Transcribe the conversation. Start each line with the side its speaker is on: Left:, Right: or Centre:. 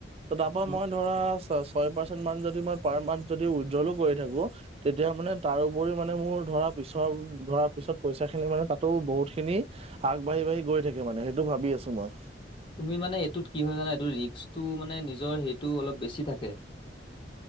Right: ত তাৰ পৰা
Left: ম-
Right: মই ধৰা ছ ছয় পাৰ্চেন্ট মান যদি মই পাৰ মান্থ যদি উড্ৰলো কৰি থাকো তেতিয়া মানে তাৰোওপৰি মানে মোৰ ধৰা পিছত ধৰা পিছত পইচা খিনি মানে তাতো বহুত খিনি হাৰ। আগ বাঢ়ি বাঢ়ি গৈ থাকে মানে সেইটো ভাবি আছো মই।
Left: তুমি মানে এইটোত কি হয় জানা এইটো ৰিস্কটো মানে নিজৰ সেইটো অলপ বেছি থাকে।